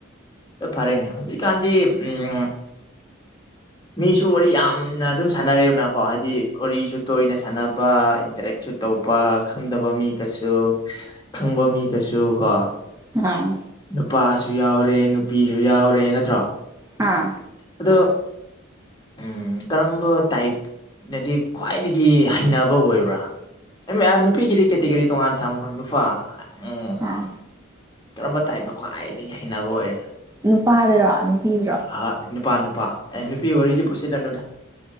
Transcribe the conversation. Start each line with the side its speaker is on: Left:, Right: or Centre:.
Left: ꯑꯗꯣ ꯐꯔꯦꯅꯦ ꯍꯧꯖꯤꯀꯥꯟꯗꯤ ꯎꯝ ꯃꯤꯁꯨ ꯋꯥꯔꯤ ꯌꯥꯝꯅ ꯑꯗꯨꯝ ꯁꯥꯟꯅꯔꯦꯕꯅꯀꯣ ꯍꯥꯏꯗꯤ ꯋꯥꯔꯤꯁꯨ ꯇꯣꯏꯅ ꯁꯥꯟꯅꯕ ꯏꯟꯇꯔꯦꯛꯁꯨ ꯇꯧꯕ ꯈꯪꯗꯕ ꯃꯤ ꯀꯩꯁꯨ ꯈꯪꯕ ꯃꯤꯒꯁꯨ ꯀꯣ꯫
Right: ꯍꯥꯥ꯫
Left: ꯅꯨꯄꯥꯁꯨ ꯌꯥꯎꯔꯦ ꯅꯨꯄꯤꯁꯨ ꯌꯥꯎꯔꯦ ꯅꯠꯇ꯭ꯔꯣ꯫
Right: ꯑꯥ꯫
Left: ꯑꯗꯣ꯫ ꯎꯝ ꯀꯔꯝꯕ ꯇꯥꯏꯞꯅꯗꯤ ꯈ꯭ꯋꯥꯏꯗꯒꯤ ꯍꯩꯅꯕ ꯑꯣꯏꯕ꯭ꯔꯥ꯫ ꯅꯨꯄꯤꯒꯤꯗꯤ ꯀꯦꯇꯤꯒꯣꯔꯤ ꯇꯣꯡꯉꯥꯟ ꯊꯝꯈ꯭ꯔꯣ ꯅꯨꯄꯥ ꯎꯝ꯫
Right: ꯑꯥ
Left: ꯀꯔꯝꯕ ꯇꯥꯏꯞꯅ ꯈ꯭ꯋꯥꯏꯗꯒꯤ ꯍꯩꯅꯕ ꯑꯣꯏꯔꯦ꯫
Right: ꯅꯨꯄꯥꯗꯔꯣ ꯅꯨꯄꯤꯗꯨ꯫
Left: ꯍꯣ ꯅꯨꯄꯥ ꯅꯨꯄꯥ ꯑꯦ ꯅꯨꯄꯤ ꯋꯥꯔꯤꯗꯤ ꯄꯨꯁꯤꯜꯂꯅꯨꯗ꯫